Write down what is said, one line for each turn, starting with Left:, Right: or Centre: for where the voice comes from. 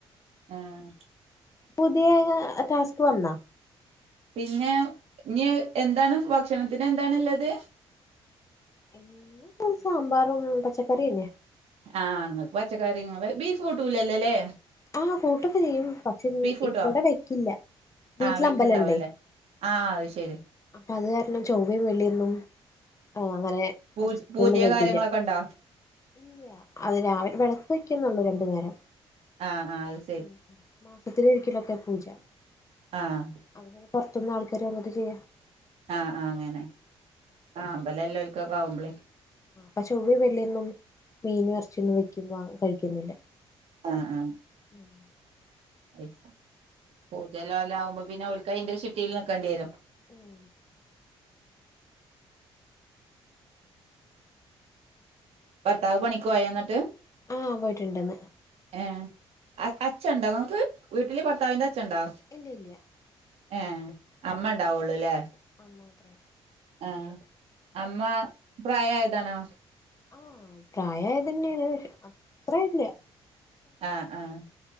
Right: ആഹ്
Left: പുതിയേ ടാസ്ക് വന്നാ?
Right: പിന്നെ ഇഞ് എന്താണ് ഭക്ഷണത്തിനെന്താണ്ള്ളത്?
Left: ഇന്ന് സാമ്പാറും പച്ചക്കറിന്നെ.
Right: ആഹ് ഇങ്ങക്ക് പച്ചക്കറി ങ്ങള് ബീഫ് കൂട്ടൂലല്ലല്ലേ.
Left: ആഹ് കൂട്ടൊക്കെ ചെയ്യും. പ ക്ഷര്
Right: കൂട്ടോ
Left: ഇവടെ വെക്കില്ല വീട്ടിലമ്പലെണ്ടെയ്.
Right: ആഹ് വെക്ക്ണ്ടാവൂലല്ലേ ആഹ് അത് ശെരി
Left: അപ്പത് കാരണം ചൊവ്വെം വെള്ള്യൊന്നും ആഹ് അങ്ങനെ
Right: പൂ
Left: എർചി <unintelligible>
Right: പൂതിയ
Left: ന്നും കഴ്ക്കില.
Right: കാര്യങ്ങളൊക്കെ ഇണ്ടോ
Left: ഇല്ല്യ അത് രാവിലെ വെളക്ക് വെക്ക്ന്നൊള്ളു രണ്ട് നേരം.
Right: ആഹ് ആഹ് അയ്
Left: ഉം ഉം മാസത്തിലൊരിക്കലൊക്കെ പൂജ.
Right: ആഹ്
Left: അ <unintelligible> പൊർത്ത്ന്ന് ആൾക്കാര് വന്ന്ട്ട് ചെയ്യ.
Right: ആഹ് ആഹ് അങ്ങനെ ആഹ് അമ്പലല്ലോൽക്കൊക്കാവുമ്പളേ
Left: പ ചൊവ്വെം വെള്ള്യന്നും മീനും എർച്ച്യൊന്നും വെക്കി വ കഴിക്കൊന്നുല്ല.
Right: ആഹ് ആഹ്
Left: ഉം
Right: അയ് ശെ പൂജല്ലോലാവുമ്പൊ പിന്നെ ഓൽക്കയ്ൻ്റെ ചിട്ടീല് നിക്കണ്ട്യേരും.
Left: ഉം
Right: ഭർത്താവ് പണിക്കോയ ന്ന്ട്ട്?
Left: ആഹ് പോയിട്ടിണ്ട്ന്ന്.
Right: ഏഹ് അ അച്ഛൻണ്ടൊങ്ങക്ക്? വീട്ട്ല് ഭർത്താവിന്റെ അച്ഛൻണ്ടോ?
Left: ഇല്ല ഇല്ല
Right: ഏഹ്
Left: ഉം
Right: അമ്മണ്ടാവൊള്ളുലേ.
Left: അമ്മ മാത്രേ
Right: ആഹ് അമ്മ പ്രായായതാണോ?
Left: ആഹ് പ്രായായതന്നേണ് അത്രേയില്ല
Right: ആഹ് ആഹ്